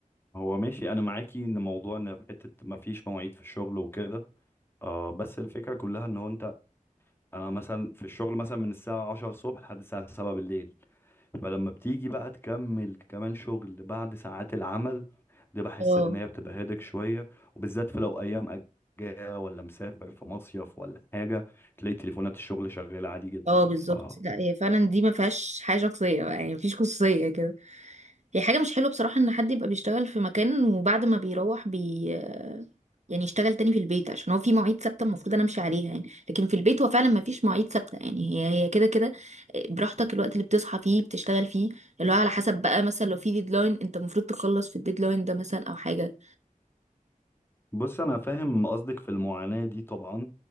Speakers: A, on the left; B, on the right.
A: هو ماشي انا معاكي ان موضوع ان في حته ما فيش مواعيد في الشغل وكده آه بس الفكره كلها ان هو انت انا مثلا في الشغل مثلا من الساعه 10 الصبح لحد الساعه 7 بالليل فلما بتيجي بقى تكمل كمان شغل بعد ساعات العمل دي بحس
B: اه
A: ان هي بتبقى هيدك شويه وبالذات في لو ايام اجازه ولا مسافر في مصيف ولا حاجه تلاقي تليفونات الشغل شغاله عادي جدا
B: اه بالظبط
A: ف
B: لا هي فعلا دي ما فيهاش حاجه شخصيه بقى يعني مفيش خصوصيه كده هي حاجه مش حلوه بصراحه ان حد يبقى بيشتغل في مكان وبعد ما بيروح بي يعني يشتغل تاني في البيت عشان هو في مواعيد ثابته المفروض انا امشي عليها يعني لكن في البيت هو فعلا ما فيش مواعيد ثابته يعني هي هي كده كده آه، براحتك الوقت اللي بتصحى فيه بتشتغل فيه اللي هو على حسب بقى مثلا لو في ديدلاين انت المفروض تخلص في الديدلاين ده مثلا او حاجه
A: بص انا فاهم قصدك في المعاناة دي طبعا